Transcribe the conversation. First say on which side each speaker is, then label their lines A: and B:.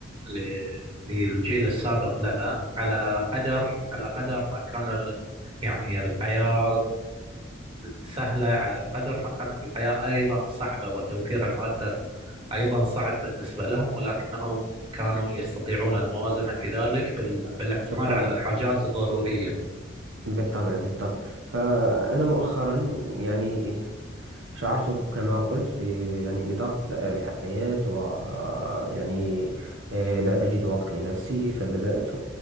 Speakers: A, on the right; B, on the right.
A: ل- للجيل السابق لنا على قدر على قدر ما كان يعني الحياة سهلة على قدر ما كانت الحياة أيضا صعبة وتوفير المادة أيضا صعب بالنسبة لهم ولكنهم كانوا يستطيعون الموازنة في ذلك بال... بالاعتماد
B: بالطبع
A: على الحاجات الضرورية
B: بالطبع بالطبع فأنا مؤخرا يعني شعرت كما قلت ب... يعني بضغط الحياة و يعني آه، لا أجد وقت لنفسي فبدأت